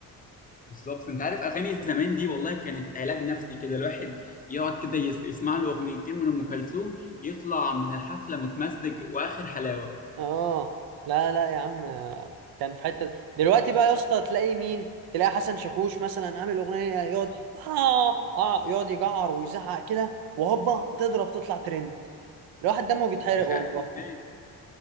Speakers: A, on the left; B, on the right.
A: بالظبط انت عارف اغاني زمان دي والله كانت علاج نفسي كده الواحد يقعد كده يس- يسمع له اغنيتين من ام كلثوم يطلع من الحفله متمزج واخر حلاوه
B: اه لا لا يا عم آه، كان في حتة دلوقتي بقى يا اسطى تلاقي مين تلاقي حسن شاكوش مثلا عامل اغنية يقعد اه اه يقعد يجعر ويزعق كده وهوبا تضرب تطلع ترند الواحد دمه بيتحرق
A: مش
B: والله
A: عارف ازاي